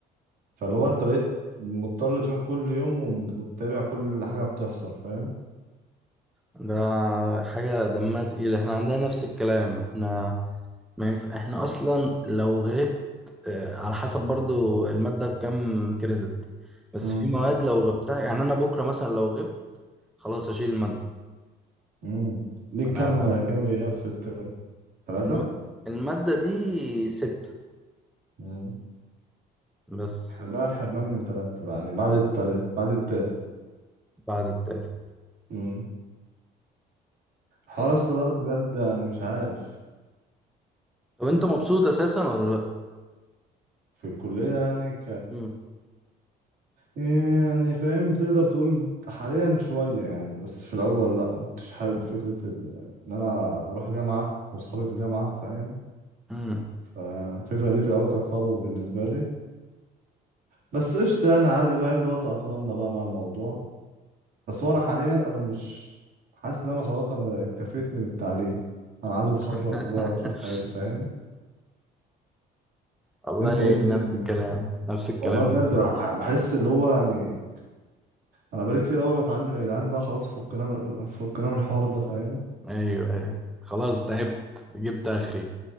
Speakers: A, on the right; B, in the centre.
A: فاللي هو انت بقيت مضطر تروح كل يوم وم- وتتابع كل حاجة بتحصل فاهم
B: ده حاجة دمها تقيل احنا عندنا نفس الكلام احنا ما ينف... احنا اصلا لو غبت آه، على حسب برضو المادة بكام كريدت بس
A: امم
B: في مواد لو غبتها يعني انا بكرة مثلا لو غبت خلاص اشيل المادة
A: امم ليك
B: فانا
A: كام كام غياب في الترم ثلاثة
B: الم... المادة دي ستة
A: امم
B: بس
A: احنا بقى الحرمان من ثلاثة بقى يعني بعد التالت بعد التالت
B: بعد التالت
A: امم حوار اصلا ده بجد يعني مش عارف
B: طب انت مبسوط اساسا ولا لا
A: في الكلية يعني
B: مم.
A: إيه يعني فاهم تقدر تقول حاليا شوية يعني بس في الأول لأ ما كنتش حابب فكرة ال- إن أنا أروح جامعة وأصحابي في جامعة فاهم
B: امم
A: فالفكرة دي في الأول كانت صعبة بالنسبة لي بس قشطة يعني عادي فاهم اللي هو تأقلمنا بقى مع الموضوع بس هو أنا حاليا أنا مش حاسس إن أنا خلاص أنا اكتفيت من التعليم أنا عايز أتخرج
B: <laughs>
A: بقى وأشوف حياتي فاهم
B: والله
A: أنت إيه الدنيا
B: نفس الكلام نفس الكلام
A: والله بجد بح- بحس اللي هو يعني أنا بقالي كتير أوي بتعلم يا جدعان بقى خلاص فكنا من فكنا من الحوار ده فاهم
B: ايوه ايوه خلاص تعبت جبت اخري